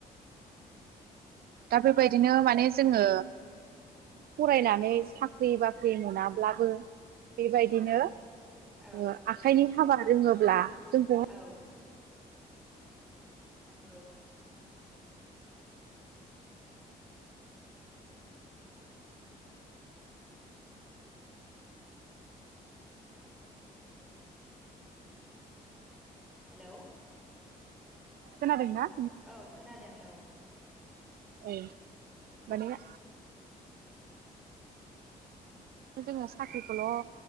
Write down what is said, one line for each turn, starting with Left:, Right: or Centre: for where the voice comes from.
Centre: औ
Right: दा बेबायदिनो माने जोङो फरायनानै साख्रि बाख्रि मोनाब्लाबो बेबायदिनो
Centre: औ औ
Right: ओ आखाइनि हाबा रोङोब्ला जोंखौ
Centre: औ नोंगौ। हेलौ
Right: खोनादों ना?
Centre: औ खोनादों औ।
Right: औ माने जोङो साख्रिखौल'